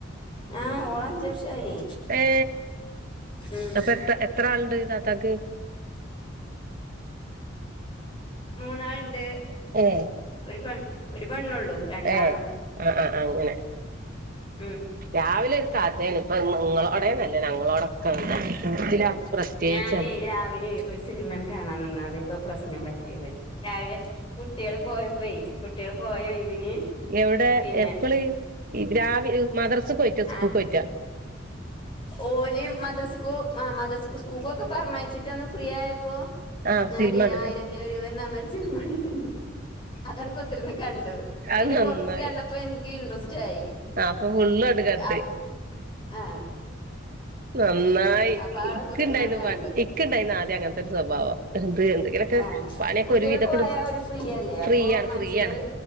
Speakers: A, on the left; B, on the right.
A: ആഹ് ഓള് അഞ്ച് വർഷായി
B: ഏ
A: ഉം
B: അപ്പൊ എത്ര എത്ര ആൾണ്ട് താത്താക്ക്
A: മൂന്നാൾ ഉണ്ട്
B: ഏ
A: ഒരു പെണ്ണും പെണ്ണാള്ളൂ രണ്ടാണും
B: ഏ ആഹ് ആഹ് അങ്ങനെ
A: ഉം
B: രാവിലെ ഒരു കഥയാണ് ഇപ്പ ഇ ങ്ങളോടന്നല്ലേ ഞങ്ങളോടൊക്കെ <unintelligible> പ്രത്യേകിച്ച
A: ഞാനേ രാവിലെ ഒരു <unintelligible> പ്രശ്നം പറ്റിയത് രിലെ കുട്ടിള് പോയപ്പോയി പോയയിവിന്
B: എവിടെ
A: പിന്നെ
B: എപ്പള് രാവിലെ മദ്രസക്ക് പോയിറ്റ സ്കൂൾക്ക്
A: ആ
B: പോയിറ്റാ
A: ഓല് മദ്രസക്കു ആ മത സ്കൂക്കൊക്കെ പറഞ്ഞയച്ചിട്ട് ഒന്ന് ഫ്രീ യായപ്പോ
B: ആഹ്
A: ഞാനേ
B: സിനിമ കണ്ട്
A: ആയിരത്തില രൂവൻ നന്നാ അതാണ് കുതിർന്ന് കണ്ടു
B: അത്
A: അയ്ന്
B: നന്നായി
A: കൊർച്ച് കണ്ടപ്പോ എൻ ഇൻറസ്റ്റ് ആയി
B: അപ്പൊ ഫുൾ
A: ഈ,
B: ക്കണ്ട്
A: അ ആഹ്
B: നന്നായി
A: അപ്പൊ അവിടെ
B: ഇക്ക്
A: കുത്തിരുന്നത്
B: ഇണ്ടായിന്ന്
A: കണ്ട്
B: ഇക്ക് ഇണ്ടായിന്ന് ആദ്യം അങ്ങനത്തെ ഒരു സ്വഭാവം എന്ത് എന്തെങ്കിലൊക്കെ
A: ആഹ്
B: പണിയൊക്കെ
A: കുട്ടികൾ
B: ഒരു വിധൊക്കെ
A: പോയാ ഒരു ഫ്രീ അല്ലേ
B: ഫ്രീ
A: അപ്പൊ
B: ആണ്
A: മനസ്ക്കൊരു
B: ഫ്രീയണ്